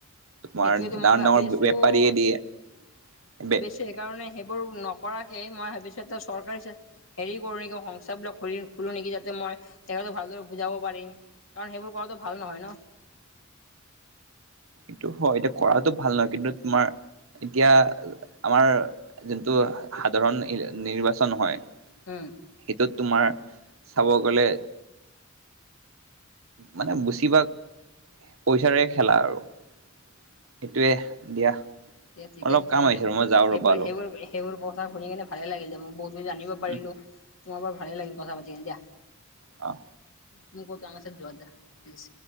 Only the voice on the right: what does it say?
তোমাৰ
ডাঙৰ
- ডাঙৰ
বেপাৰীয়ে দিয়ে
সেইটো হয় এটো কৰাটো ভাল নহয় কিন্তু তোমাৰ এতিয়া আমাৰ যোনটো সাধাৰণ নিৰ্বাচন হয়।
সেইটোত তোমাৰ চাব গলে মানে বুচি বা পইচাৰে খেলা আৰু সেইটোৱে। দিয়া অলপ
কাম আহিছিলো ৰ মই যাওঁ
ৰ'বা অলপ।
উম
অ',